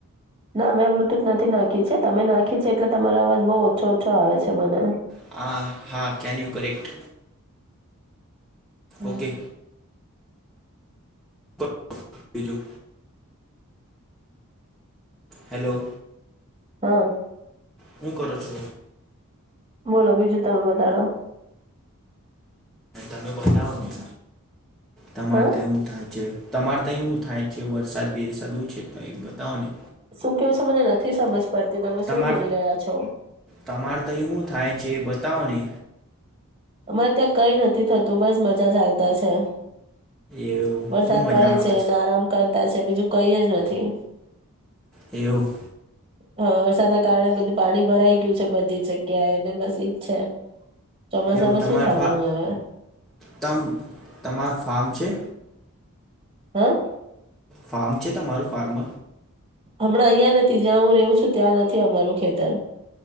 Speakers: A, on the right; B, in the centre.
A: ના મેં બ્લુટૂથ નથી નાખી છે. તમે નાખી છે એટલે તમારો અવાજ બહુ ઓછો ઓછો આવે છે મને.
B: આ હા કેન યુ કરેક્ટ
A: હમ્મ.
B: ઓકે પ બીજું હેલો.
A: હમ્મ.
B: હું કરો છો?
A: બોલો બીજું તમે બતાડો.
B: તમે બતાવો? તમારે
A: હા
B: તા હું થાય છે? તમારે તઈ હું થાય છે વરસાદ બેરસાદ હું છે તો એ બતાવો ને.
A: શું કેવું છે મને નથી સમજ પડતી તમે
B: તમાર
A: શું બોલી રહ્યા છો?
B: તમારે તય હું થાય છે એ બતાવો ને
A: અમારે ત્યાં કઈ નથી થતું બસ મજા ચાલતા છે.
B: એવું
A: વરસાદ
B: હું મજા
A: પડે
B: આવે
A: છે અને આરામ કરતા જ તો બીજું કઈ જ નથી.
B: એવું?
A: હ વરસાદના કારણે બધું પાણી ભરાઈ ગયું છે બધી જગ્યાને બસ ઈજ છે. ચોમાસામાં
B: એવું તમાર
A: શું થવાનું
B: ફા,
A: હવે
B: તમ, તમાર ફાર્મ છે?
A: હ?
B: ફાર્મ છે તમારું ફાર્મ?
A: હમણાં અહિયાં નથી જ્યાં હું રેહુ છું ત્યાં નથી અમારું ખેતર.